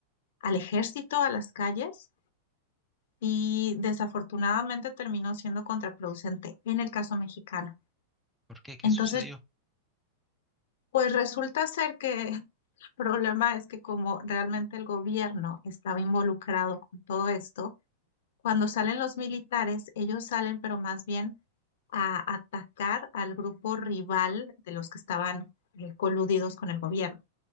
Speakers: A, on the left (about 65°); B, in the centre.
A: al ejército, a las calles, y desafortunadamente terminó siendo contraproducente en el caso mexicano.
B: ¿Por qué? ¿Qué
A: Entonces,
B: sucedió?
A: pues resulta ser que <laughs> el problema es que como realmente el gobierno estaba involucrado con todo esto, cuando salen los militares, ellos salen, pero más bien a atacar al grupo rival de los que estaban eh, coludidos con el gobierno.